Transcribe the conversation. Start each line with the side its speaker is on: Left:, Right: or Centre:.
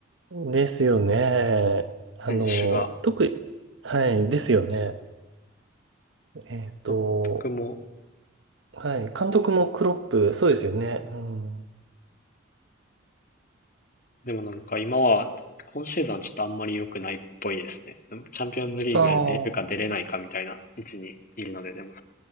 Right: ですよね。あの、
Left: 選手が、
Right: 特に、はい、ですよね。えっと、
Left: 監督も、
Right: はい、監督もクロップ、そうですよね。うん、
Left: でもなんか今は、今シーズンはちょっとあんまり良くないっぽいですね。チャンピオンズリーグで出るか出れないかみたいな位置にいるので、
Right: ああ、
Left: でも、